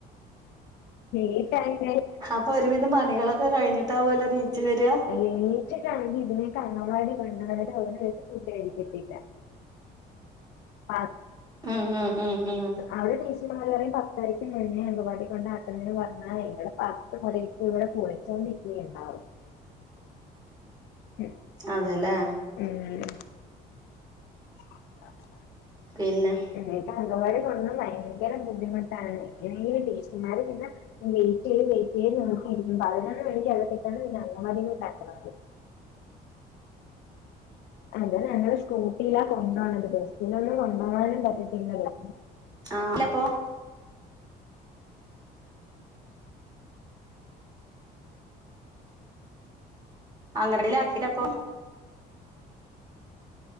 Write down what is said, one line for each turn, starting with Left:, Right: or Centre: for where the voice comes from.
Left: എണീക്കാൻ ലേറ്റ് ആയി
Right: അപ്പൊ ഒരുവിധം പണികളൊക്കെ കഴിഞ്ഞിട്ടാ പോലെ നീച്ചു വരിക
Left: എണേറ്റൊക്കെ ആണെങ്കിൽ ഇതിനേക്ക് അങ്ങവാടി വണ്ടിട്ട് അവന വട്ട ഫുഡ് കടിക്കത്തില്ല ആ
Right: ഉം ഉം ഉം ഉം
Left: അവടെ ടീച്ചി മലറിയയും പത്തരയ്ക്ക് മുന്നേ അമ്പവാടി കൊണ്ട ആക്കണന്ന് പറഞ്ഞാ ഞടെ തിപ്പ ഇവിടെ കുളിച്ചുകൊണ്ടിരിക്കുകുണ്ടാവും ഉം
Right: അതെല്ലേ
Left: ഉം <inaudible>
Right: പിന്നെ
Left: എനിക്ക് അംഗവാടി കൊന്നണം ഭയങ്കര ബുദ്ധിമുട്ടാണ് ഇനെഈ ടീച്ചുമാര് പിന്നെ വെയിറ്റ് ചെയ്ത് വെയിറ്റ് ചെയ്ത് നോക്കിയിരിക്കും പതിനൊന്ന് മണിക്ക് അകത്തിട്ടാണ് പിന്നെ അമാതി നിന്ന് കക്കത് അതെ ഞങ്ങള്ൾ സ്കൂട്ടിയിലാ കൊണ്ട പോണത് ബസ്സിലൊന്നും കൊണ്ടപോകാനും പറ്റത്തിില്ലല്ലോ
Right: ആ ഇല്ലപ്പോ അങ്ങടയില ആക്കിട്ട് അപ്പൊ